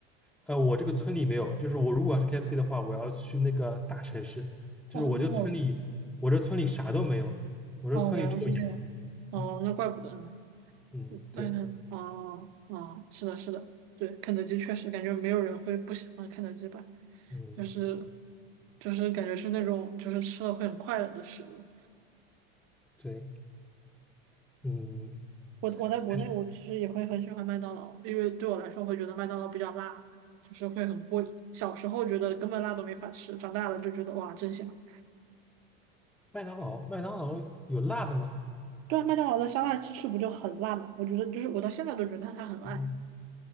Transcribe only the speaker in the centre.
呃，我这个村里没有，就是我如果要是 KFC 的话，我要去那个大城市，就是我这个村里，
我这村里啥都没有，我这村里只有羊。
嗯
嗯，对，
嗯
对，嗯，
但是
麦当劳，麦当劳有辣的吗？
嗯